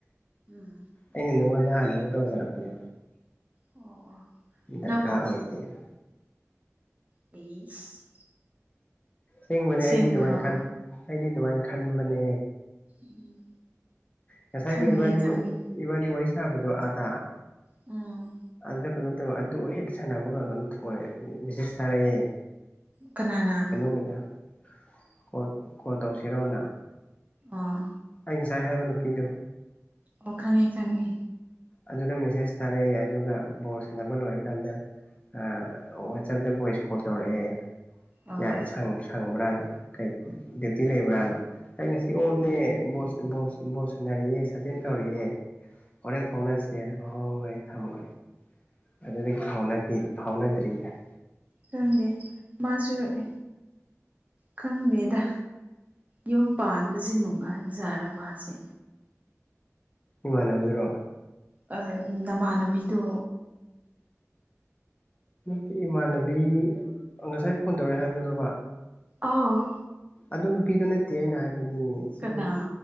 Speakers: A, on the right; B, on the left.
A: ꯎꯝ
B: ꯑꯩꯅ ꯅꯪꯉꯣꯟꯗ ꯍꯥꯟꯅ ꯑꯃꯨꯛ ꯇꯧꯖꯔꯛ ꯄꯅꯤꯕ
A: ꯑꯣ ꯑꯣ
B: ꯗꯔꯀꯥꯔ
A: ꯅꯪ
B: ꯑꯣꯏꯗꯦꯅ
A: ꯄꯤꯁ
B: ꯑꯁ‌ꯦꯡꯕꯅꯦ
A: ꯁꯦꯡꯕ꯭ꯔꯣ
B: ꯑꯩꯗꯤ ꯑꯗꯨꯃꯥꯏꯅ ꯈꯟ ꯑꯩꯗꯤ ꯑꯗꯨꯃꯥꯏꯅ ꯈꯟꯕꯅꯦ
A: ꯎꯝ
B: ꯉꯁꯥꯏꯗꯨ
A: ꯈꯪꯉꯦ
B: ꯏꯕꯥꯅꯤ
A: ꯈꯪꯉꯦ
B: ꯏꯕꯥꯅꯤ ꯋꯥꯔꯤ ꯁꯥꯕꯗꯨ ꯑꯥꯗꯥ
A: ꯎꯝ
B: ꯑꯗꯨ <unintelligible> ꯑꯗꯨ ꯍꯦꯛ ꯁꯥꯟꯅꯕ ꯂꯣꯏꯕꯒ ꯃꯦꯁꯦꯁ ꯊꯥꯔꯛꯑꯦ
A: ꯀꯅꯥꯅ
B: <unintelligible> ꯀꯣꯜ ꯀꯣꯜ ꯇꯧꯁꯤꯔꯣꯅ
A: ꯑꯥ
B: ꯑꯩ ꯉꯁꯥꯏ ꯍꯥꯏꯕ ꯅꯨꯄꯤꯗꯨ
A: ꯑꯣ ꯈꯪꯉꯦ ꯈꯪꯉꯦ
B: ꯑꯗꯨꯗ ꯃꯦꯁꯦꯁ ꯊꯥꯔꯛꯑꯦ ꯑꯗꯨꯒ ꯕꯣꯜ ꯁꯥꯟꯅꯕ ꯂꯣꯏꯔꯀꯥꯟꯗ ꯑ ꯋꯥꯆꯞꯇ ꯚꯣꯏꯁ ꯀꯣꯜ ꯇꯧꯔꯛꯑꯦ
A: ꯑꯣ
B: ꯌꯥꯏ ꯁꯪ ꯁꯪꯕ꯭ꯔꯥꯅ ꯀꯩ ꯗ꯭ꯌꯨꯇꯤ ꯂꯩꯕ꯭ꯔꯥꯅ ꯑꯩ ꯉꯁꯤ ꯑ‌ꯣꯐꯅ‌ꯦ ꯕ‌ꯣꯁ ꯕ‌ꯣꯁ ꯕ‌ꯣꯜ ꯁꯥꯟꯅꯔꯤꯑꯦ ꯁꯥꯖꯤꯟ ꯇꯧꯔꯤꯑꯦ ꯍꯣꯔꯦꯟ ꯐꯥꯎꯅꯁꯦ ꯍꯣꯏ ꯍ‌ꯣꯏ ꯊꯝꯈ꯭ꯔꯦ ꯑꯗꯨꯗꯒꯤ ꯐꯥꯎꯅ ꯐꯥꯎꯅꯗ꯭ꯔꯤꯗ
A: ꯈꯪꯗ‌ꯦ ꯃꯥꯁꯨ <unintelligible> ꯈꯪꯗꯦꯗ ꯌꯨꯝ ꯄꯥꯟꯕꯖꯤ ꯅꯨꯡꯉꯥꯏꯕ ꯖꯥꯠꯔ ꯃꯥꯖꯦ
B: ꯏꯃꯥꯟꯅꯕꯗꯨꯔꯣ
A: ꯑ ꯅꯃꯥꯟꯅꯕꯤꯗꯣ
B: ꯅꯠꯇꯦ ꯏꯃꯥꯟꯅꯕꯤ ꯑ ꯉꯁꯥꯏ ꯐꯣꯟ ꯇꯧꯔꯛꯑꯦ ꯍꯥꯏꯕꯗꯨꯔꯣꯕ꯫
A: ꯑꯥ
B: ꯑꯗꯨ ꯅꯨꯄꯤꯗꯨ ꯅꯠꯇꯦ ꯑꯩꯅ ꯍꯥꯏꯕꯗꯤ ꯁꯤꯒꯤ
A: ꯀꯅꯥ